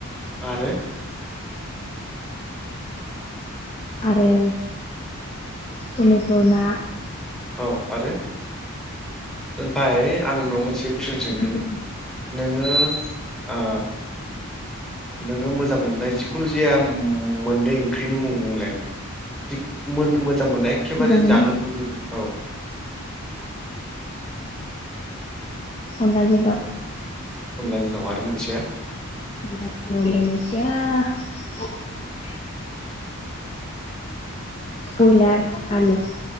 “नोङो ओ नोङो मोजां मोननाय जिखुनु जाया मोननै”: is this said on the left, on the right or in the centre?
Centre